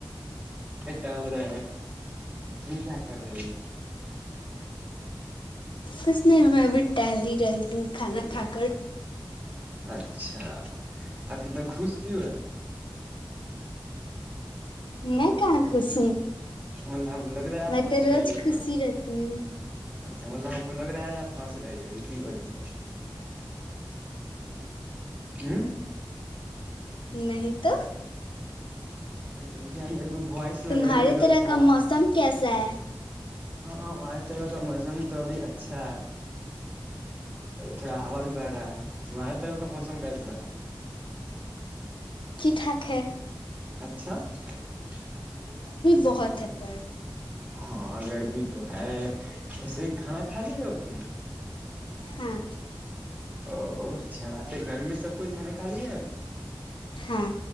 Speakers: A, on the right (about 20°); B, on the left (about 85°).
A: ٹہل رہے ہیں تم کیا کر رہی
B: کچھ نہیں میں بھی ٹہل ہی رہی توں کھانا کھا کے کٹ <unintelligible>
A: <unintelligible> اچھا آپ کتنا خوش کیوں ہے
B: میں کنا خوش ہوں
A: ملہ لگ رہا ہے آب
B: میں
A: ہنس
B: تو روز
A: رہی ہے
B: خوشی
A: تھوڑا
B: رہتی ہوں
A: اچھا ملہوں کو لگ رہا ہے ج آب ہاں سر یک سر ہ
B: نہیں تو
A: اچھا میرے کو وائس لگ
B: تمہارے
A: رہا ہے
B: طرح کا موسم کیسا ہے
A: ہاں ہمارے طرف کا موسم تو ابھی اچھا ہے تھوڑا ہا بھی بہھ رہا ہے تمہارے طرف کا موسم کیسا ہے
B: تاکے
A: <unintelligible>
B: بہت ہے پر
A: ہاں اگرگر بھی تو ہے ایسے کھانا خالی ہے تم
B: ہاں
A: او اچھا بات ہے گھر میں سب کوئی کھانا کالی ہے
B: ہاں